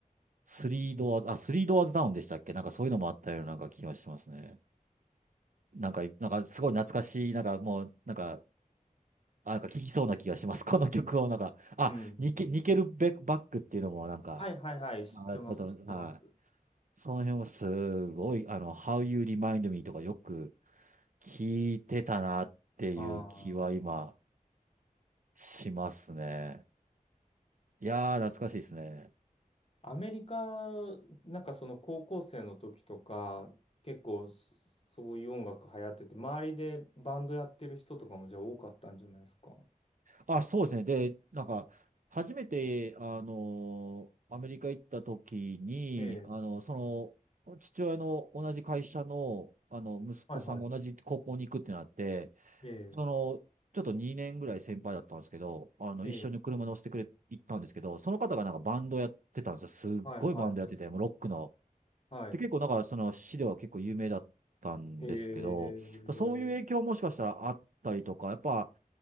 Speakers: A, on the right (about 60°); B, on the left (about 40°).
A: スリードアーズ、
B: う
A: あ、スリードアーズダウンでしたっけなんかそういうのもあったようななんか気がしますね。なんか、なんかすごい懐かしい、なんかもう、なんか、あ、なんか聞きそうな気がします。この曲をなんか、あ、
B: ん、
A: ニケ、
B: うん。
A: ニケルベバックっていうのもなんか、
B: はいはいはい。知ってます、
A: あ、あと、
B: 知ってます。
A: はい。その辺はすごい、あの、How You Remind Me とかよく聞いてたなっていう気は今
B: ああ。
A: しますね。いやー、懐かしいですね。
B: アメリカ、なんかその高校生の時とか、結構そういう音楽流行ってて、周りでバンドやってる人とかもじゃあ多かったんじゃないですか。
A: あ、そうですね。で、なんか、初めて、あの、アメリカ行った時に、
B: ええ、
A: あの、その、父親の同じ会社の、あの、息子さんが同じ高校に行くってなって、
B: はいはい。ええ、
A: その、ちょっと2年ぐらい先輩だったんですけど、あの、
B: ええ、
A: 一緒に車乗せてくれ、行ったんですけど、その方がなんかバンドやってたんですよ。すっごいバンドやってて、
B: はいはいはい。
A: もうロックの、
B: はい。
A: で、結構だからその市では結構有名だったんですけど、
B: へえ。うん
A: そういう影響もしかしたらあったりとか、やっぱ、